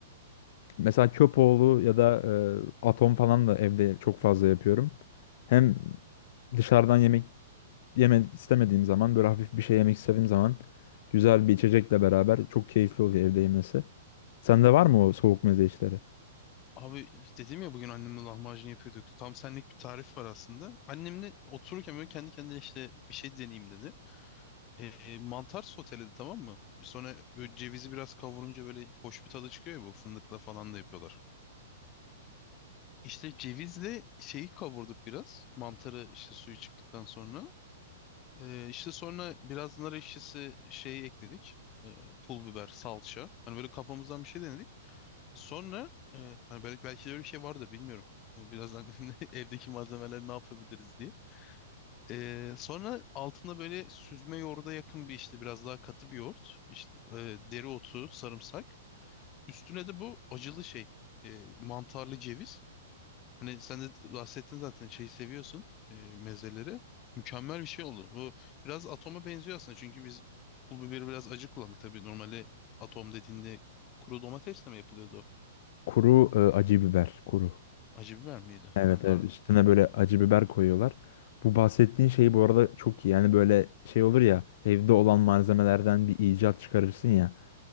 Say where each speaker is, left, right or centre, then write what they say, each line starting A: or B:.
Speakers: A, on the left; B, on the left.
A: Mesela köpoğlu ya da e, atom falan da evde çok fazla yapıyorum. Hem dışarıdan yemek yemek istemediğim zaman böyle hafif bir şey yemek istediğim zaman güzel bir içecekle beraber çok keyifli oluyor evde yemesi. Sende var mı o soğuk meze işleri?
B: Abi dedim ya bugün annemle lahmacun yapıyorduk. Tam senlik bir tarif var aslında. Annemle otururken böyle kendi kendine işte bir şey deneyeyim dedi. E, mantar soteledi tamam mı? Sonra böyle cevizi biraz kavurunca böyle hoş bir tadı çıkıyor ya bu fındıkla falan da yapıyorlar. İşte cevizle şeyi kavurduk biraz. Mantarı işte suyu çıktıktan sonra. E, işte sonra biraz nar ekşisi şeyi ekledik. E, pul biber, salça. Hani böyle kafamızdan bir şey denedik. Sonra e, hani belki, belki de öyle bir şey vardır bilmiyorum. E, birazdan <laughs> evdeki malzemeleri ne yapabiliriz diye. Ee, sonra altında böyle süzme yoğurda yakın bir işte biraz daha katı bir yoğurt. İşte e, dereotu, sarımsak. Üstüne de bu acılı şey. e, mantarlı ceviz. Hani sen de bahsettin zaten şeyi seviyorsun e, mezeleri. Mükemmel bir şey oldu. Bu biraz atoma benziyor aslında. Çünkü biz pul biberi biraz acı kullandık. Tabii normalde atom dediğinde kuru domatesle mi yapılıyordu? o?
A: Kuru e, acı biber, kuru.
B: Acı biber miydi?
A: Evet
B: Ha, pardon.
A: evet üstüne böyle acı biber koyuyorlar. Bu bahsettiğin şey bu arada çok iyi. Yani böyle şey olur ya evde olan malzemelerden bir icat çıkarırsın ya.